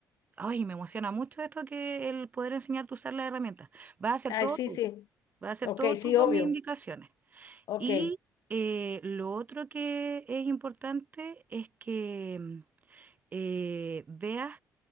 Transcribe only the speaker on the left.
ay,
sí,
sí,
ok,
sí,
obvio,
ok,